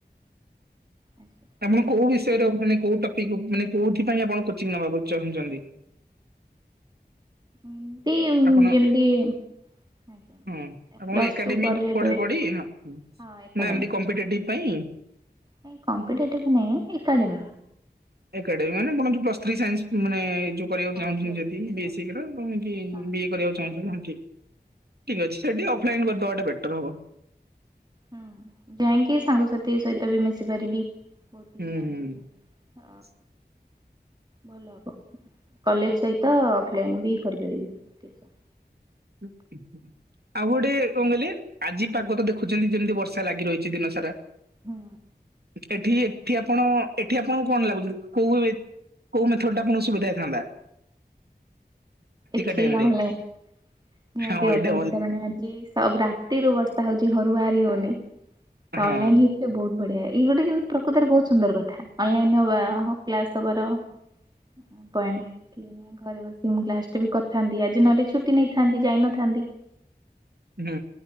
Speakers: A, on the right; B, on the right.
A: ଆଚ୍ଛା ଠିକ୍
B: ଆପଣ
A: ଅଛି
B: କୋଉ ବିଷୟ
A: ଆଉ।
B: ର ମାନେ କୋଉ ଟପିକ୍ ମାନେ କୋଉଥି ପାଇଁ ଆପଣ କୋଚିଂ ନବାକୁ ଚାହୁଁଛନ୍ତି?
A: ଏମତି ଉମ୍
B: ଆପଣ
A: ଯେମତି ଆଜ୍ଞା।
B: ହଁ ଆପଣ
A: ପ୍ଲସ୍
B: ଏକାଡ଼େମିକ୍
A: ଟୁ ପରେ ଏବେ
B: ପଢ଼ାପଢ଼ି ନା
A: ହଁ ଏକାଡେମୀ
B: ଏମତି କମ୍ପିଟେଟିଭ୍ ପାଇଁ?
A: ନାଇଁ କମ୍ପିଟେଟିଭ୍ ନାଇଁ ଏକାଡ଼େମୀ।
B: ଏକାଡ଼େମୀ ମାନେ ବୁହନ୍ତୁ ପ୍ଲସ ଥ୍ରୀ ସାଇନ୍ସ ମାନେ ଏ ଯଉ କରିବାକୁ
A: ହଁ
B: ଚାହୁଁଛନ୍ତି
A: ପ୍ଲସ୍
B: ଯଦି
A: ଟୁ ରେ
B: ବେସିକ୍
A: ଆଜ୍ଞା।
B: ର କଁ ଏମ୍ତି ଏମ୍
A: ହଁ
B: ବି ଏ କରିବାକୁ ଚାହୁଁଛନ୍ତି ହଁ ଠିକ ଠିକ୍ ଅଛି ସେଠି ଅଫଲାଇନ୍ କରିଦବାଟା ବେଟର୍ ହବ।
A: ହୁଁ ଯାଇଙ୍କି ସାଙ୍ଗସାଥି ସହିତ ବି ମିଶି ପାରିବି ବହୁତ କିଛି
B: ହୁଁ
A: ଜାଣିପାରିବି।
B: <inaudible>
A: ଅ ଭଲ ହବ କଲେଜ ସହିତ ଅଫଲାଇନ ବି କରିପାରିବି ଟିଉସନ୍।
B: <inaudible> ଆଉ ଗୋଟେ କଣ କହିଲେ ଆଜି ପାଗ ତ ଦେଖୁଛନ୍ତି ଯେମିତି ବର୍ଷା ଲାଗି ରହିଛି ଦିନ ସାରା।
A: ହୁଁ।
B: ଏଠି ଏଠି ଆପଣ ଏଠି ଆପଣଙ୍କୁ କଣ ଲାଗୁଛି କୋଉ ଭାବେ କୋଉ ମେଥଡ଼୍ ଟା ଆପଣ ସୁବିଧା ଇଥାନ୍ତା?
A: ଏଠି
B: ଟାଇମ୍
A: କଣ
B: ରେ?
A: ହେଲେ ନିହାତି
B: ହଁ
A: ଅନଲାଇନ୍
B: ଏଇଟା
A: କାରଣ ଆଜି ସବୁ ରାତିରୁୁ ବର୍ଷା ହଉଛି ଘରୁ ବାହାରି ହଉନି। ତ
B: ହଁ।
A: ଅନଲାଇନି ବୋହୁତ୍ ବଢ଼ିଆ ଏଇ ଗୋଟେ କିନ୍ତୁ ପ୍ରକୃତରେ ବହୁତ ସୁନ୍ଦର କଥା ଅନଲାଇନ୍ ହବା ହ କ୍ଲାସ ହବାର ହୁଁ। ପଏନ୍ ଘରେ ବସି ମୁ କ୍ଲା ବି କରିଥାନ୍ତି ଆଜି ନହେଲେ ଛୁଟି ନେଇଥାନ୍ତି ଯାଇନଥାନ୍ତି।
B: ହୁଁ